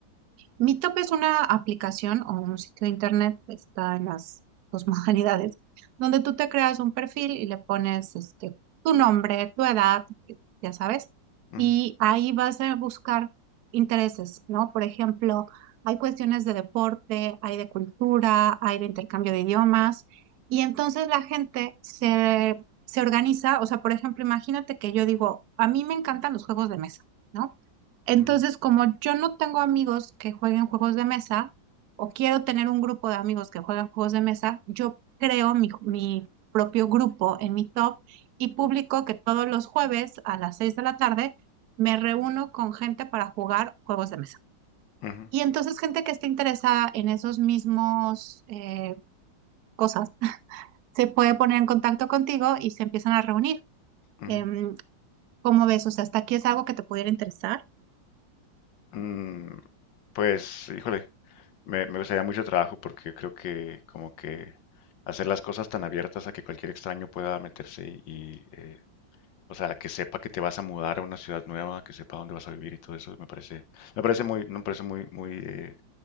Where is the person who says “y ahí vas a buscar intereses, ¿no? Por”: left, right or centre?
Right